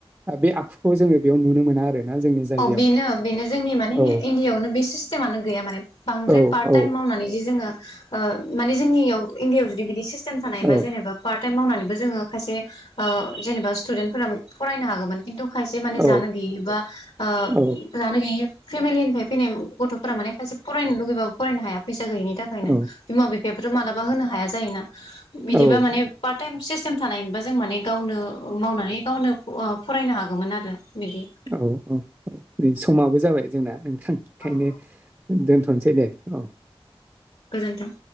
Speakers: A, on the right (about 20°); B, on the left (about 85°).
A: बे आखुखौ जोङो बेयाव नुनो मोना आरो जोंनि जायगायाव
B: अ बेनो बेनो जोंनि माने
A: औ
B: इण्डियायावनो बे सिस्टेमानो गैया माने बांद्राय
A: औ
B: पार्ट
A: औ
B: टाइम मावनानैदि जों ङो ओ माने जोंनियाव इण्डियायाव जुदि बिदि सिस्टेम थानायबा
A: औ
B: जेनेबा पार्ट टाइम मावनानैबो जोङो खायसे ओ जेनेबा स्टुदेन्टफोरा फरायनो हागो किन्तु खायसे माने
A: औ
B: जानो गेयिबा ओ
A: औ
B: जानो गोयि फेमिलिनिफाइ फैनाय गथ'फोरा माने खायसे फरायनो लुगैबाबो फरायनो हाया फैस सा गैयिनि थाखायनो
A: औ
B: बिमा बिफायाबोथ' मालाबा होनो हा हाया जायो ना? बिदिबा
A: औ
B: माने पार्ट टाइम सिस्तेम थानायमोनबा जों माने गावनो औ मावनानै गावनो ओ फरायनो हागोमोन आरो बिदि
A: औ ओ ओइ समाबो जाबाय जोंना नों खायनो
B: अ अ
A: दोनथ'नोसै दे अ
B: गोजोनथों।